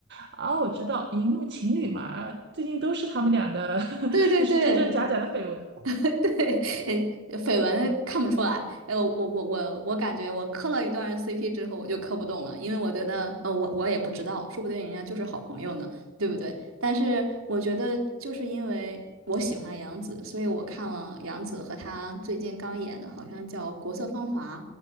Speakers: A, on the right; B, on the right.
A: 啊，我知道荧幕情侣嘛，最近都是他们俩的，<laughs>
B: 对对对，
A: 就是真真假假的绯闻。
B: <laughs> 对，呃绯闻看不出来。哎，我我我我我感觉我磕了一段 CP 之后，我就磕不动了，因为我觉得，呃，我我也不知道，说不定人家就是好朋友呢，对不对？但是我觉得，就是因为我喜欢杨紫，所以我看了杨紫和她最近刚演的，好像叫《国色芳华》，